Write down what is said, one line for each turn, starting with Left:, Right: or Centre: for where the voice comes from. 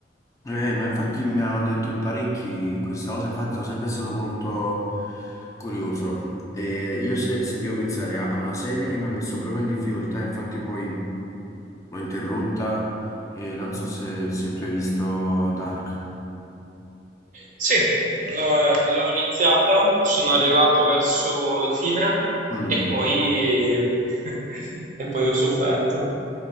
Left: Eh, ma infatti mi hanno detto in parecchi questa cosa, infatti sono sempre stato molto curioso. E io se, se devo pensare a a una serie che mi ha messo proprio in difficoltà, infatti poi l'ho interrotta e non so se, se tu hai visto Dark.
Right: Sì, l'ho l'ho iniziata, sono arrivato verso la fine
Left: Mm.
Right: e poi, <laughs> e poi ho sofferto.